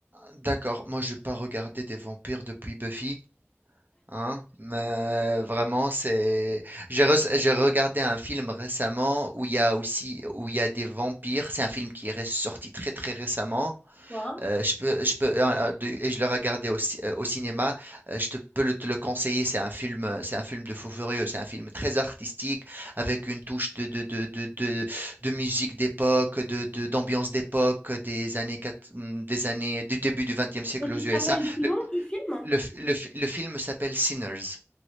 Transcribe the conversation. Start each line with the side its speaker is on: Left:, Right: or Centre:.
Right: D'accord, moi j'ai pas regardé des vampires depuis Buffy, hein, mais vraiment c'est... J'ai re- j'ai regardé un film récemment où il y a aussi où il y a des vampires, c'est un film qui est ré- sorti très très récemment,
Left: Toi?
Right: Heu, je peux je peux, heu de et je l'ai regardé au cin au cinéma, heu, je te peux le te le conseiller. C'est un film, heu, c'est un film de fou furieux. C'est un film très artistique avec une touche de de de de de de musique d'époque, de de d'ambiance d'époque, des années quat mmh, des années du début du 20 siècle
Left: Et tu
Right: aux USA.
Left: te rappelles du
Right: Le
Left: nom du film?
Right: le f le f le film s'appelle Sinners.